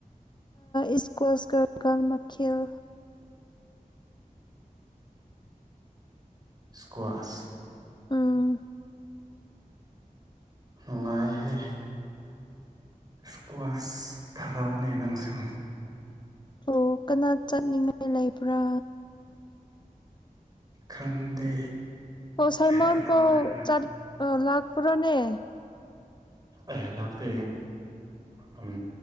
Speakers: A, on the left; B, on the right.
A: ꯏꯁꯀꯣꯁ ꯀ ꯃꯈꯦꯜ
B: ꯏꯁꯀꯨꯋꯥꯁ
A: ꯎꯝ
B: ꯅꯨꯡꯉꯥꯏꯍꯦ ꯁ꯭ꯀꯋꯥꯁ ꯊꯥꯔꯛꯎꯅꯦ ꯅꯪꯁꯨ
A: ꯑꯣ ꯀꯅꯥ ꯆꯠꯅꯤꯡꯉꯥꯏ ꯂꯩꯕ꯭ꯔꯥ
B: ꯈꯪꯗꯦ
A: ꯑꯣ ꯁꯥꯏꯃꯣꯟ
B: ꯀꯅꯥ
A: ꯇꯣ
B: ꯂꯩꯕ꯭ꯔꯥ
A: ꯆꯠ ꯂꯥꯛꯄ꯭ꯔꯥꯅꯦ
B: ꯑꯦ ꯂꯥꯛꯇꯦ ꯎꯝ